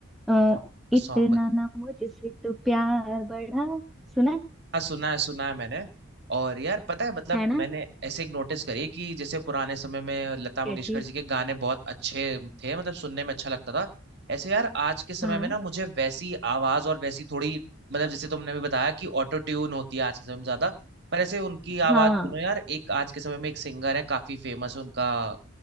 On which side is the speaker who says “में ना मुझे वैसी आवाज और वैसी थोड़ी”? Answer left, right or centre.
Right